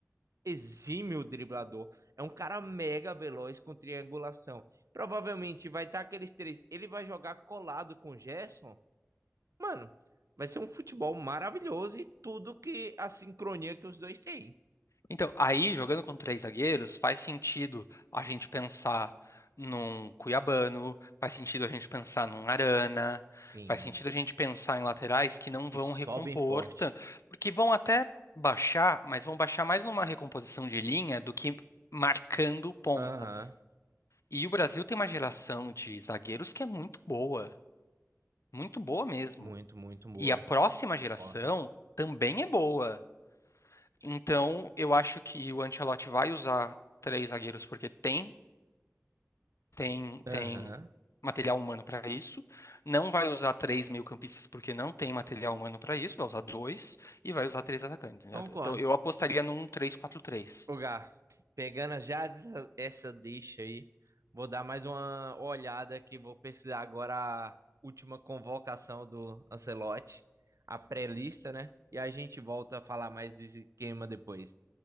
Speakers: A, on the right; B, on the left.
A: exímio driblador. É um cara mega veloz com triangulação. Provavelmente vai estar aqueles três. Ele vai jogar colado com o Gerson. Mano, vai ser um futebol maravilhoso e tudo que a sincronia que os dois têm.
B: Então, aí, jogando com três zagueiros, faz sentido a gente pensar num Cuiabano, faz sentido a gente pensar num Arana,
A: Sim,
B: faz sentido a gente pensar em laterais que não
A: que
B: vão
A: sobem
B: recompor
A: forte.
B: tanto, porque vão até baixar, mas vão baixar mais numa recomposição de linha do que marcando ponta.
A: Aham,
B: E o Brasil tem uma geração de zagueiros que é muito boa, muito boa mesmo.
A: muito, muito boa.
B: E a próxima
A: Concordo.
B: geração também é boa. Então, eu acho que o Ancelotti vai usar três zagueiros porque tem, tem, tem
A: Aham,
B: material humano para isso. Não vai usar três meio-campistas porque não tem material humano para isso. Vai usar dois e vai usar três atacantes,
A: concordo.
B: né? Então, eu apostaria num três quatro três.
A: Ô, Gá, pegando já essa essa deixa aí, vou dar mais uma olhada que vou pesquisar agora a última convocação do Ancelotti, a pré-lista, né? E a gente volta a falar mais do esquema depois.